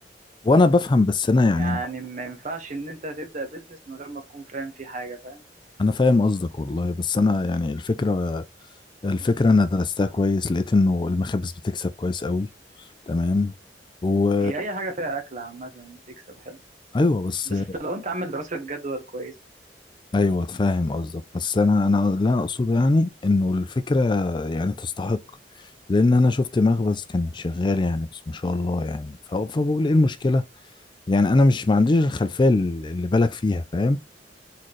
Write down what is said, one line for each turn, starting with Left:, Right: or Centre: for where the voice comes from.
Left: وانا بفهم بس انا يعني
Right: يعني ما ينفعش ان انت تبدا بزنس من غير ما تكون فاهم فيه حاجه فاهم
Left: انا فاهم قصدك والله بس انا يعني الفكره الفكره انا درستها كويس لقيت انه المخابز بتكسب كويس قوي تمام و
Right: هي اي حاجه فيها اكل عامه تكسب حلو
Left: ايوه بس
Right: بس لو انت عامل دراسه جدوى كويسه
Left: ايوه فاهم قصدك بس انا انا لا اقصد يعني انه الفكره يعني تستحق لان انا شفت مخبز كان شغال يعني بس ما شاء الله يعني ف- فبقول ايه المشكله يعني انا مش ما عنديش الخلفيه ال- اللي بالك فيها فاهم